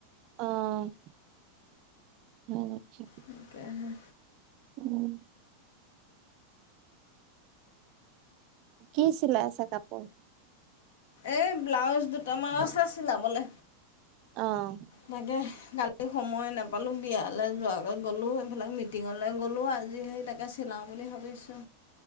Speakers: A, on the right; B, on the left.
A: অ', <unintelligible>
B: তাকেহে
A: উম। কি চিলাইছা কাপোৰ?
B: এ ব্লাউজ দুটামান আছে চিলাবলে।
A: অহ।
B: তাকে, কালি সময়ে নাপালো বিয়ালৈ যোৱাকেই গ'লো। এইফালে মিটিঙলৈ গ'লো। আজি সেই তাকেই চিলাওঁ বুলি ভাবিছো।